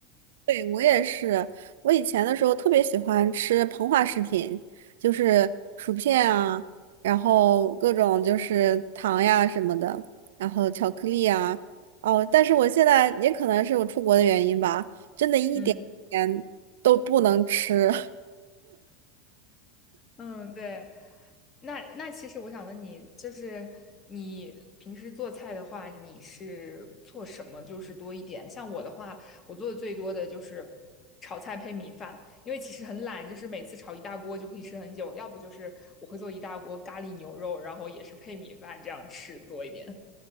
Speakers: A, on the right (about 65°); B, on the left (about 30°).
A: 对，我也是，我以前的时候特别喜欢吃膨化食品，就是薯片啊，然后各种就是糖呀什么的，然后巧克力啊。哦，但是我现在也可能是我出国的原因吧，真的一点点都不能吃。
B: 嗯嗯，对。那那其实我想问你，就是你平时做菜的话，你是做什么就是多一点？像我的话，我做的最多的就是炒菜配米饭，因为其实很懒，就是每次炒一大锅就可以吃很久，要不就是我会做一大锅咖喱牛肉，然后也是配米饭这样吃多一点。